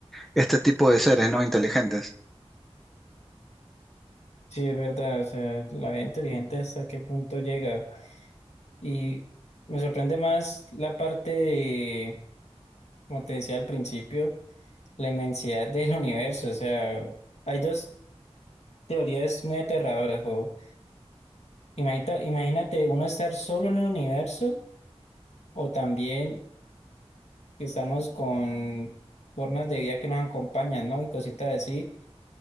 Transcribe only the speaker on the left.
Sí, es verdad, o sea, la vida inteligente hasta qué punto llega. Y me sorprende más la parte de, como te decía al principio, la inmensidad del universo. O sea, hay dos teorías muy aterradoras. O imagínate, imagínate uno estar solo en el universo o también que estamos con formas de vida que nos acompañan, ¿no? Y cositas así.